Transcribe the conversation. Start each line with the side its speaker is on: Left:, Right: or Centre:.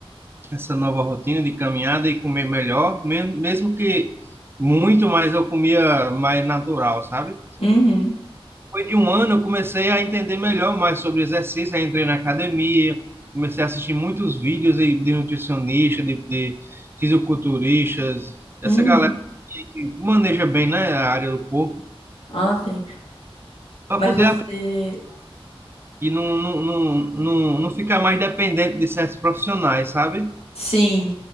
Right: essa nova rotina de caminhada e comer melhor, mesmo, mesmo que muito mais eu comia mais natural, sabe?
Left: Uhum.
Right: Depois de um ano, eu comecei a entender melhor mais sobre exercício. Aí entrei na academia, comecei a assistir muitos vídeos de, de nutricionista, de, de fisiculturistas, essa
Left: Uhum.
Right: galera que, que maneja bem, né, a área do corpo,
Left: Ah, sim.
Right: para
Left: Mas
Right: poder
Left: você
Right: aprender e não, não, não, não, não ficar mais dependente de certos profissionais, sabe?
Left: Sim,